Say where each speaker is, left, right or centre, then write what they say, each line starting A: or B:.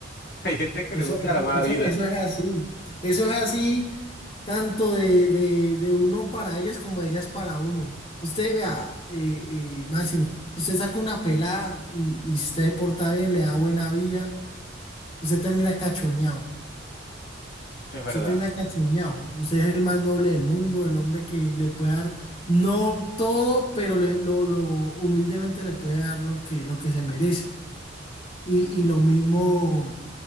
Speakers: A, on the left (about 55°); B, on the left (about 30°).
A: <laughs> hay gente que
B: Eso,
A: le gusta
B: eso,
A: la mala
B: eso,
A: vida.
B: eso es así. Eso es así tanto de, de, de uno para ellas como de ellas para uno. Usted vea, eh, eh, Máximo, usted saca una pelada y, y si usted se porta bien, le da buena vida, usted termina cachoneado.
A: Eso es verdad.
B: Usted termina cachoneado. Usted es el más noble del mundo, el hombre que le puede dar, no todo, pero le, lo, lo humildemente le puede dar lo que, lo que se merece. Y, y lo mismo.